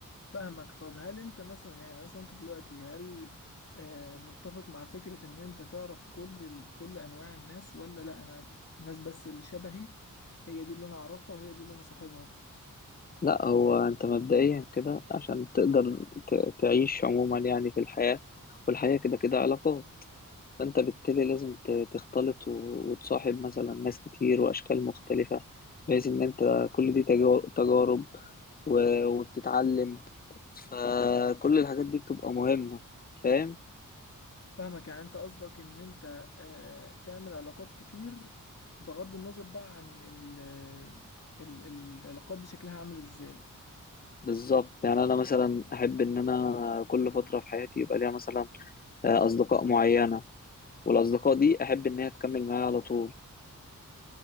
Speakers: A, on the left; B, on the left.
A: فاهمك طب هل انت مثلا يعني مثلا انت دلوقتي هل آه، متفق مع فكرة ان انت تعرف كل ال... كل انواع الناس ولا لا انا الناس بس اللي شبهي هي دي اللي انا اعرفها وهي دي اللي انا صاحبها
B: لا هو انت مبدئيا كده عشان تقدر ت- تعيش عموما يعني في الحياة والحياة كده كده علاقات فانت بالتالي لازم ت- تختلط و- وتصاحب مثلا ناس كتير واشكال مختلفة بحيث ان انت كل دي تجا- تجارب و- وبتتعلم فكل الحاجات دي بتبقى مهمة فاهم
A: فاهمك يعني انت قصدك ان انت آه، تعمل علاقات كتير بغض النظر بقى عن ال... ال... ال- العلاقات دي شكلها عامل ازاي
B: بالظبط يعني انا مثلا احب ان انا كل فترة في حياتي يبقى ليها مثلا آه، اصدقاء معينة والاصدقاء دي احب ان هي تكمل معايا على طول